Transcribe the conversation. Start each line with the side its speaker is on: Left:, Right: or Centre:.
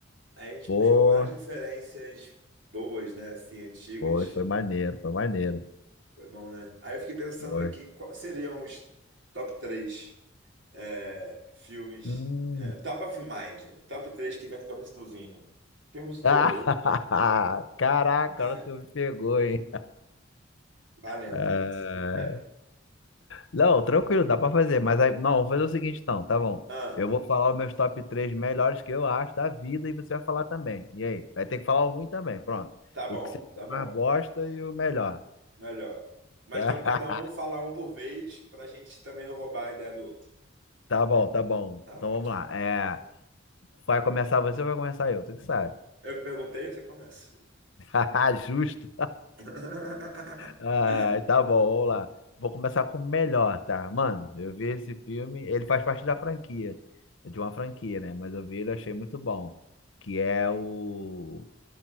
Right: Aí a gente
Left: Pô,
Right: puxou várias referências boas, né, assim, antigas
Left: foi, foi maneiro, foi maneiro.
Right: Foi bom, né? Aí eu fiquei pensando
Left: Foi.
Right: aqui, quais seriam os top três é, filmes,
Left: Hum.
Right: é, top of mind, top 3 que vem na cabeça do Vini. Filmes de
Left: <laughs>
Right: terror.
Left: Ah, caraca,
Right: Ah,
Left: agora tu me pegou, hein?
Right: valendo.
Left: <laughs>
Right: <laughs>
Left: Não, tranquilo, dá pra fazer. Mas aí, não, vou fazer o seguinte então, tá bom.
Right: Ah,
Left: Eu vou falar os meus top três melhores que eu acho da vida e você vai falar também. E aí? Vai ter que falar o ruim também, pronto.
Right: tá bom,
Left: O que você achou
Right: tá bom.
Left: mais bosta e o melhor.
Right: Melhor. Mas
Left: <laughs>
Right: então cada um falar um por vez pra gente também não roubar a ideia do outro.
Left: Tá, tá bom, tá bom.
Right: Tá
Left: Então
Right: bom.
Left: vamos lá. É, vai começar você ou vai começar eu? Tu que sabe.
Right: Eu que perguntei, você começa.
Left: <laughs> Justo.
Right: <laughs>
Left: Ah, tá bom, vamos lá. Vou começar com o melhor, tá? Mano, eu vi esse filme, ele faz parte da franquia, de uma franquia, né? Mas eu vi ele e achei muito bom, que é o